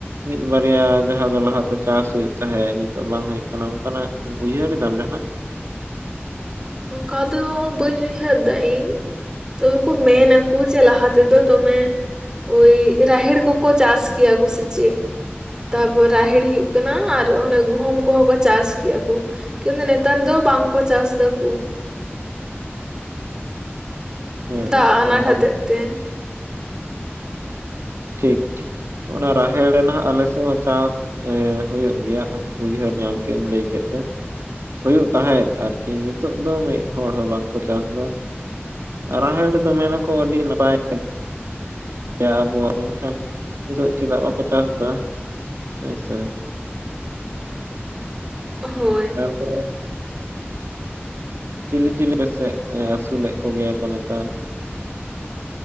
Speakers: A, on the right; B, on the right.
A: ᱢᱤᱫ ᱵᱟᱨᱭᱟ ᱡᱟᱦᱟᱸ ᱫᱚ ᱞᱟᱦᱟ ᱛᱮ ᱪᱟᱥ ᱦᱩᱭᱩᱜ ᱛᱟᱦᱮᱸ ᱱᱤ ᱛᱚᱜ ᱵᱟᱝ ᱦᱩᱭᱩᱜ ᱠᱟᱱᱟ ᱚᱱᱠᱟᱱᱟᱜ ᱩᱭᱦᱟᱹᱨ ᱫᱟᱢ ᱡᱟᱦᱟᱱᱟᱜ?
B: ᱚᱱᱠᱟ ᱫᱚ ᱵᱟᱹᱧ ᱩᱭᱦᱟᱹᱨ ᱫᱟ ᱤᱧ ᱾ ᱛᱚ ᱠᱩ ᱢᱮᱱᱟ ᱠᱩ ᱡᱮ ᱞᱟᱦᱟ ᱛᱮᱫᱚ ᱫᱚᱢᱮ ᱮᱭ ᱨᱟᱦᱤᱲ ᱠᱚᱠᱚ ᱪᱟᱥ ᱜᱮᱭᱟ ᱠᱩ ᱥᱤᱪᱤᱜ? ᱛᱟᱯᱚᱨ ᱨᱟᱦᱮᱲ ᱦᱩᱭᱩᱜ ᱠᱟᱱᱟ ᱟᱨ ᱚᱱᱮ ᱜᱩᱦᱩᱢ ᱠᱚᱦᱚᱸ ᱠᱚ ᱪᱟᱥ ᱠᱮᱭᱟ ᱠᱚ ᱾ <inaudible> ᱱᱮᱛᱟᱨ ᱫᱚ ᱵᱟᱝ ᱠᱚ ᱪᱟᱥ ᱫᱟ ᱾
A: ᱦᱮᱸ
B: ᱫᱟᱜ ᱟᱱᱟᱴ
A: ᱮᱠᱫᱚᱢ
B: ᱦᱚᱛᱮᱡ ᱛᱮ
A: ᱴᱷᱤᱠ-ᱴᱷᱤᱠ ᱚᱱᱟ ᱨᱟᱦᱮᱲ ᱱᱟᱦᱟᱸᱜ ᱟᱞᱮ ᱥᱮ ᱦᱚᱸ ᱪᱟᱥ ᱮ ᱦᱩᱭᱩᱜ ᱜᱮᱭᱟ ᱩᱭᱦᱟᱹᱨ ᱧᱟᱢ ᱠᱮᱜ ᱞᱟᱹᱭ ᱠᱮᱜ ᱛᱮ ᱾ ᱦᱩᱭᱩᱜ ᱛᱟᱦᱮᱸᱫ ᱟᱨᱠᱤ ᱱᱤᱛᱚᱜ ᱫᱚ ᱢᱤᱫ ᱦᱚᱲ ᱦᱚᱸ ᱵᱟᱝᱠᱚ ᱪᱟᱥ ᱫᱟ ᱾ ᱨᱟᱦᱮᱲ ᱫᱚ ᱢᱮᱱᱟᱠᱚ ᱟᱹᱰᱤ ᱱᱟᱯᱟᱭ ᱾ ᱮ ᱟᱵᱚᱣᱟᱜ ᱢᱮᱱᱠᱷᱟᱱ ᱱᱤᱛᱚᱜ ᱪᱮᱫᱟᱜ ᱵᱟᱠᱚ ᱪᱟᱥ ᱫᱟ ᱦᱮᱸᱥᱮ? <unintelligible>
B: ᱦᱳᱭ ᱾
A: <unintelligible> ᱪᱤᱞᱤ-ᱪᱤᱞᱤ ᱟᱯᱮᱥᱮᱡ ᱟᱹᱥᱩᱞᱮᱜ ᱠᱚᱜᱮᱭᱟ ᱠᱚ ᱱᱮᱛᱟᱨ ᱫᱚ?